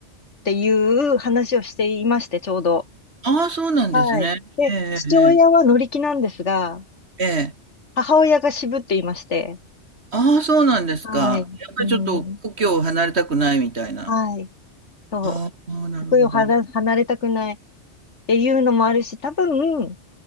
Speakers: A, on the left; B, on the right.
A: ていう話をしていまして、ちょうど。
B: ああ、そうなんですね。
A: はい。で、
B: ええ、
A: 父親は乗り気なんですが、
B: ええ、ええ。
A: 母親が渋っていまして、
B: ああ、そうなんですか。
A: はい、
B: やっぱりちょっと故郷を離れたくないみたいな。
A: うん、はい、そう、
B: ああ、なるほど。
A: ここよ離離れたくないっていうのもあるし、多分、